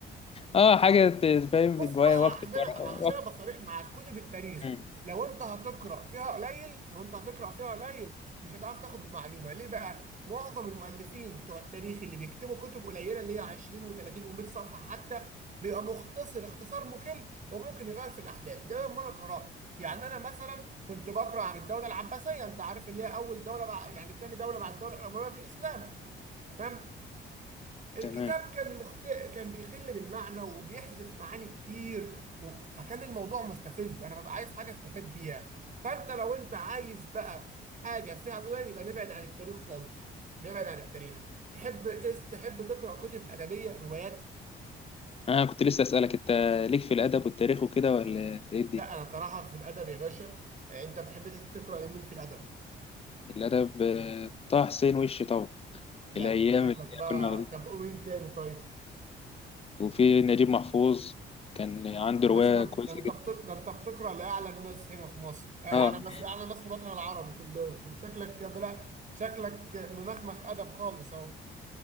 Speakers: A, on the left; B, on the right.
A: أه حاجة ت- فاهم
B: بص
A: بتضيع
B: بقى
A: وقت
B: عشان
A: ورق-
B: عشان
A: وقت
B: ابقى صريح معاك كتب التاريخ
A: مم.
B: لو انت هتقرا فيها قليل لو انت هتقرا فيها قليل مش هتعرف تاخد بمعلومه ليه بقى معظم المؤلفين بتوع التاريخ اللي بيكتبوا كتب قليله اللي هي 20 و30 و100 صفحه حتى بيبقى مختصر اختصار مخل وممكن يغير في الاحداث ده لما انا قرات يعني انا مثلا كنت بقرا عن الدوله العباسيه انت عارف اللي هي اول دوله بعد يعني تاني دوله بعد الدوله الامويه في الاسلام تمام الكتاب
A: تمام
B: كان مخت... كان بيخل بالمعنى وبيحذف معاني كتير و... فكان الموضوع مستفز انا ببقى عايز حاجه استفاد بيها فانت لو انت عايز بقى حاجه فيها القران يبقى نبعد عن التاريخ خالص نبعد عن التاريخ تحب تس... تحب تقرا كتب ادبيه روايات
A: أنا كنت لسه أسألك أنت ليك في الأدب والتاريخ وكده ولا إيه الدنيا؟
B: لا انا صراحه في الادب يا باشا انت بتحب تس- تقرا لمين في الادب
A: الأدب آه، طه حسين وش طبعا
B: لا
A: الأيام
B: ده انت شكلك
A: اللي
B: بقى
A: كنا واخدين
B: طب قول مين تاني طيب
A: وفي نجيب محفوظ كان عنده
B: يا
A: رواية
B: باشا ده ده
A: كويسة
B: انت
A: جدا
B: بت... ده انت بتقرا لاعلى الناس هنا في مصر آه، اعلى
A: أه
B: ناس اعلى ناس في الوطن العربي كلهم ده انت شكلك بلا شكلك ممخمخ ادب خالص اهو